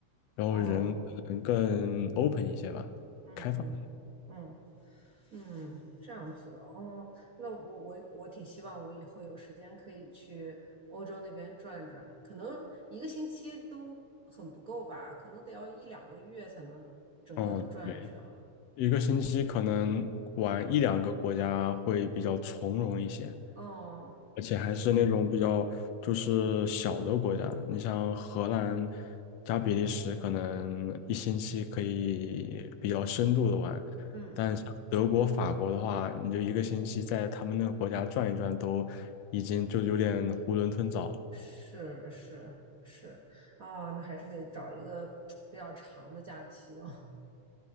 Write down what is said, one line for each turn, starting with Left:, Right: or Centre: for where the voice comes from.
Left: 然后人可能更
Right: 哦，
Left: open 一些吧，
Right: 嗯嗯嗯。
Left: 开放。
Right: 嗯，这样子哦，那我我我挺希望我以后有时间可以去欧洲那边转转，可能一个星期都很不够吧，可能得要一两个月才能整个都转一圈啊。
Left: 嗯，对，一个星期可能玩一两个国家会比较从容一些，
Right: 哦，
Left: 而且还是那种比较就是小的国家，
Right: 是，
Left: 你像荷兰加比利时，可能一星期可以比较深度的玩，
Right: 嗯，
Left: 但像德国、法国的话，你就一个星期在他们那个国家转一转，都已经就有点囫囵吞枣了。
Right: 是是是，啊，那还是得找一个比较长的假期哦。